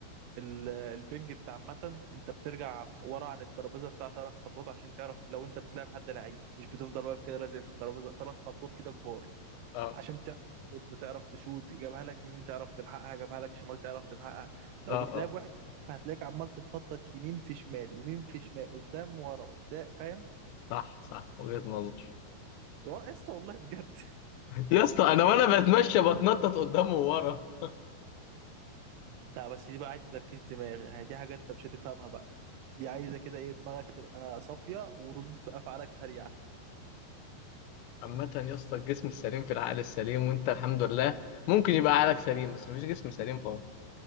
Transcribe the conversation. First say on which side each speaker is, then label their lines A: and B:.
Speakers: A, on the right; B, on the left.
A: ال- البنج انت عامة انت بترجع ورا عن الترابيزة بتاع ثلاث خطوات عشان تعرف لو انت بتلعب حد لعيب مش بتفضل واقف كده لازق في الترابيزة ثلاث خطوات كده كبار
B: اه
A: عشان تعرف تصد تعرف تشوت جابها لك يمين تعرف تلحقها جابها لك شمال تعرف تلحقها لو
B: اه
A: بتلعب
B: اه
A: واحد هتلاقيك عمال تتنطط يمين في شمال يمين في شمال قدام ورا قدام فاهم
B: صح صح وجهة نظر
A: والله يا اسطى والله بجد <laughs>
B: يا اسطى انا وانا بتمشى بتنطط قدام وورا
A: لا بس دي بقى عايزه تركيز دماغي يعني دي حاجه انت مش هتفهمها بقى دي عايزه كده ايه دماغك تبقى صافيه وردود في افعالك سريعه
B: عامة يا اسطى الجسم السليم في العقل السليم وانت الحمد لله ممكن يبقى عقلك سليم بس مفيش جسم سليم خالص